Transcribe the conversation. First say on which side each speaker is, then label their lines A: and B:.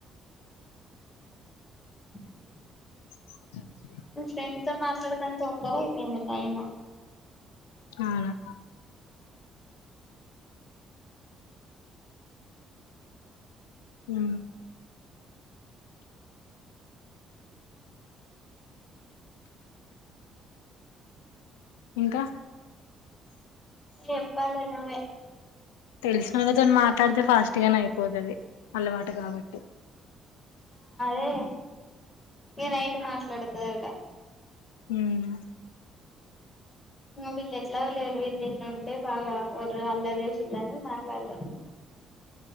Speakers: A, on the left; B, on the left.
A: <unintelligible>
B: అ
A: ఫ్రెండ్ తో మాట్లాడకుని తొందార అయిపోంది టైమ్
B: అవును అ ఇంకా
A: చెప్పాల ను్వే
B: తెలిసినళ్ళతోని మాట్లాడితే ఫాస్ట్ గానే అయిపోతుది అలవాటు కాబట్టి
A: అ ఏ నైట్ మాట్లాడుతుదంట
B: హ
A: వీళ్ళు ఎట్లా లేరు వీళ్ళ ఎట్ ఉంటే బాగా వ అల్ల చేసిదని మరలాలే
B: <unintelligible>